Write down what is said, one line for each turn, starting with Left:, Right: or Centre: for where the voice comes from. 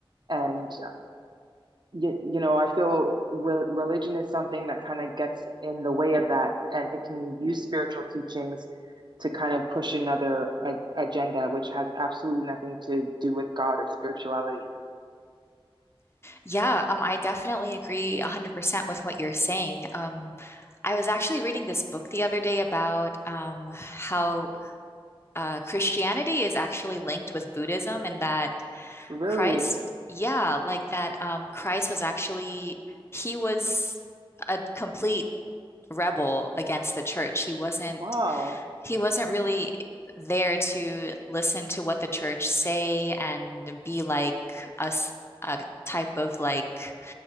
Right: And you, you know, I feel re religion is something that kind of gets in the way of that, and it can use spiritual teachings to kind of push another a agenda, which has absolutely nothing to do with God or spirituality.
Left: Yeah, um, I definitely agree 100% with what you're saying. Um, I was actually reading this book the other day about um, how uh, Christianity is actually linked with Buddhism and that
Right: Really?
Left: Christ, yeah, like that um, Christ was actually, he was a complete rebel against the church. He wasn't,
Right: Wow.
Left: he wasn't really there to listen to what the church say and be like us, a type of like,